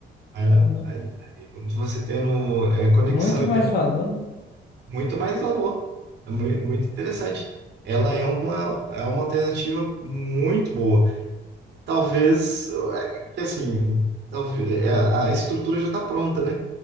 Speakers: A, on the right (about 60°); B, on the left (about 50°).
A: a-
B: uhum.
A: ali, como se Você tendo é, conexão
B: Muito
A: e
B: mais
A: tempo,
B: valor, né?
A: muito mais valor. É mui- muito interessante. Ela é uma, é uma alternativa muito boa. Talvez, é, que assim, talvez, é, a estrutura já está pronta, né?